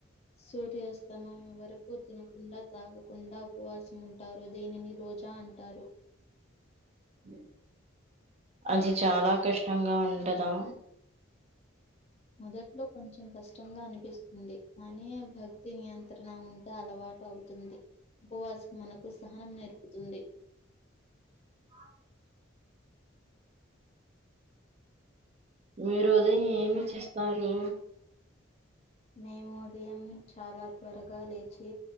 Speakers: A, on the left (about 30°); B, on the right (about 30°).
A: సూర్యాస్తమయం వరకు తినకుండా తాగకుండా ఉపవాసముంటారు దీనిని రో రోజా అంటారు.
B: ఉమ్. అది చాలా కష్టంగా ఉండదా.
A: మొదట్లో కొంచెం కష్టంగా అనిపిస్తుంది. కానీ భక్తి నియంత్రణ ఉంటే అద్. అలవాటు అవుతుంది. ఉపవాసం మనకు సహనం నేర్పుతుంది.
B: <unintelligible> మీరు ఉదయం ఏమీ చేస్తారు
A: మేము ఉదయం చాలా త్వరగా లేచి